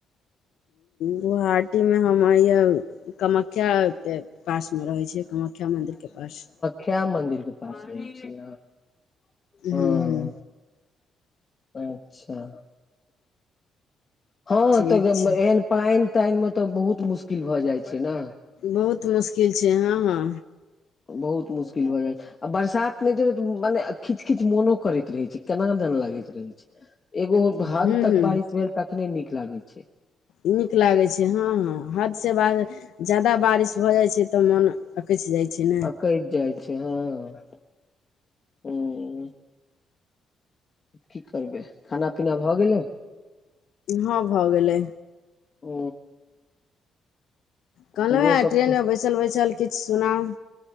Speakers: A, on the left; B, on the left.
A: गुहाटीमे हम या कामख्या के पासमे रहै छिय कामाख्या मन्दिरके पास
B: ख्या मन्दिर के पास रहै छिय हँ
A: हूँ हूँ
B: अच्छा हँ
A: ठीक
B: तऽ
A: छै
B: एहन पानि तानि में तऽ बहुत मुश्किल भए जाइ छै ने
A: बहुत मुश्किल छै हँ हँ
B: बहुत मुश्किल भए जाइ छै आ बरसात ने जे मने खिच खिच मनो करैत रहे छै केना दन लगे छै रहै छै एगो हद
A: हूँ
B: तक
A: हूँ
B: बारिश भेल तखने नीक लागै छै
A: नीक लागै छै हँ हँ हद से बा जादा बारिश भऽ जाइ छै तऽ मोन अकछि जाइ छै न
B: अकैछ जाइ छै हँ हुँ की करबै खाना पीना भऽ गेलै
A: हँ भऽ गेलै
B: ह
A: कहलहुँ
B: हमरो
A: हँ
B: सब
A: ट्रेन मे बैसल बैसल किछ सुनाउ